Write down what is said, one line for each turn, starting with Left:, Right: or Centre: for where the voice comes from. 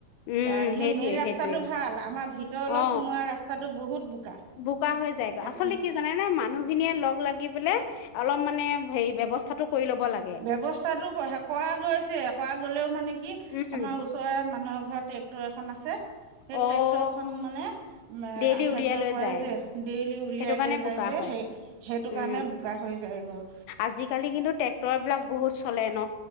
Left: উম
Right: আ, এনে
Left: সেইটোৱে
Right: মেইন ৰাস্তাটো
Left: সেইটোৱে
Right: ভাল, আমাৰ ভিতৰলৈ
Left: অ
Right: সোমোৱা ৰাস্তাটো বহুত বোকা।
Left: বোকা হৈ যায়গৈ আচলতে
Right: একদম
Left: কি জানেনে মানুহ খিনিয়ে লগ লাগি অলপ মানে হেৰি ব্যৱস্থাটো কৰি ল'ব লাগ
Right: ব্যৱস্থাটো কৰা গৈছে কৰা গ'লেও মানে কি
Left: উম
Right: আমাৰ ওচৰৰে মানুহ এঘৰত ট্ৰেক্টৰ এখন আছে সেই
Left: অ',
Right: ট্ৰেক্টৰ খন মানে উম,
Left: ডেইলি
Right: আহা
Left: উলিয়াই
Right: যোৱা
Left: লৈ
Right: কৰে
Left: যায়
Right: যে, ডেইলি উলিয়াই
Left: সেইটো কাৰণে
Right: লৈ
Left: বোকা
Right: যায় যে
Left: হয়।
Right: সেই সেইটো
Left: উম,
Right: কাৰণে বোকা হৈ যায় গৈ।
Left: আজিকালি কিন্তু ট্ৰেক্টৰ বিলাক বহুত চলে ন?